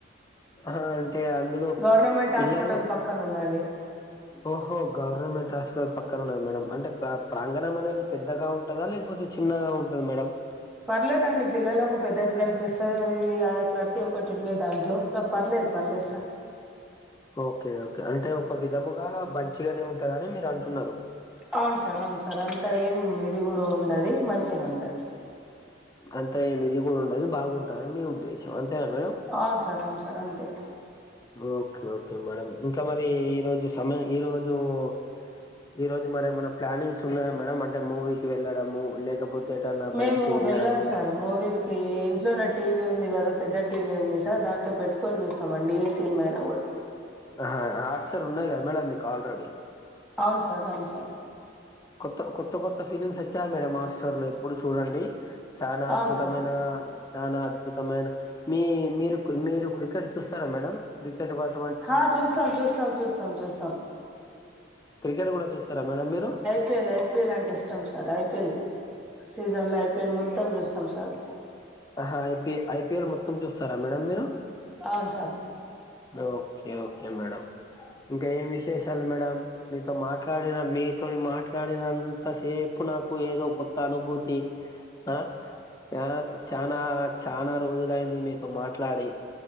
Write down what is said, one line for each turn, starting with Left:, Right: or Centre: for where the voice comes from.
Left: అహా అంటే అందులో
Centre: గవర్నమెంట్
Left: పిల్లలు
Centre: హాస్పిటల్ పక్కన ఉందండి
Left: ఓహో గవర్నమెంట్ హాస్పిటల్ పక్కనున్నది మేడం అంటే ప్ర ప్రాంగణం అనేది పెద్దగా ఉంటదా లేకపోతే చిన్నగా ఉంటది మేడం
Centre: పర్లేదండి పిల్లలకు పెద్దగానిపిస్తది అ ప్రతి ఒక్కటి ఉన్నది దాంట్లో పర్లేద్ పర్లేద్ సార్
Left: ఓకే ఓకే అంటే ఒక విధముగా మంచిగానే ఉంటదని మీరు అంటున్నారు
Centre: అవున్ సార్ అవున్ సార్ అంత ఏం ఇది కూడా ఉండది మంచిగా ఉంటది
Left: అంతా ఏమి ఇది కూడా ఉండదు బాగుంటది మీ ఉద్దేశం అంతేనా మేడం
Centre: అవున్ సార్ అవన్ సార్ అంతే
Left: ఓకే ఓకే మేడం ఇంకా మరి ఈ రోజు సమ ఈ రోజు మీరు ఈరోజు మరేమైనా ప్లానింగ్స్ ఉన్నాయా మేడం అంటే మూవీకి వెళ్ళడం మూవీ లేకపోతే ఏటనా బయటికి
Centre: మేము
Left: వెళ్లడం
Centre: వెళ్ళాం సార్ మూవీస్ కి ఇంట్లోనే టీవీ ఉంది కదా పెద్ద టీవీ ఉంది సార్ దాంట్లో పెట్టుకొని చూస్తామండి సిన్మెడ పో
Left: అహా హాస్టల్ ఉన్నది కదా మేడంమ్ మీకు ఆల్రెడీ
Centre: అవున్ సార్ అవున్ సార్
Left: కొత్త కొత్త కొత్త ఫిలిమ్స్ ఒచ్చాయి మేడం హాట్ స్టార్ లో ఇప్పుడు చూడండి చానా అద్భుతమైన
Centre: అవును సార్
Left: చానా అద్భుతమైన మీ మీరు కున్ మీరు క్రికెట్ చూస్తారా మేడం క్రికెట్ వర్
Centre: హా చూస్తాం చూస్తాం చూస్తాం చూస్తాం
Left: క్రికెట్ కూడా చూస్తారా మేడం మీరు
Centre: P L I P L అంటే ఇష్టం sir I P L season లో ఐ పీ ఎల్ మొత్తం చూస్తాం సార్
Left: ఆహా I P I P L మొత్తం చూస్తారా మేడం మీరు
Centre: అవును సార్
Left: ఓకే ఓకే మేడం ఇంకా ఏం విశేషాలు మేడం మీతో మాట్లాడిన మీతోని మాట్లాడినంత సేపు నాకు ఏదో కొత్త అనుభూతి హా ఆ చానా చానా రోజులయ్యింది మీతో మాట్లాడి